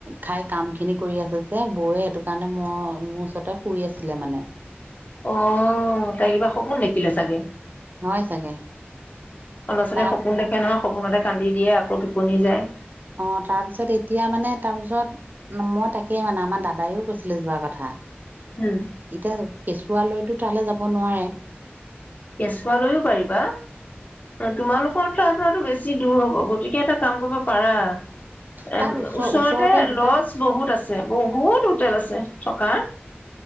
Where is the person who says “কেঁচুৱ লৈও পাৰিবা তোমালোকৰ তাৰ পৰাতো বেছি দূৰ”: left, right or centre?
Left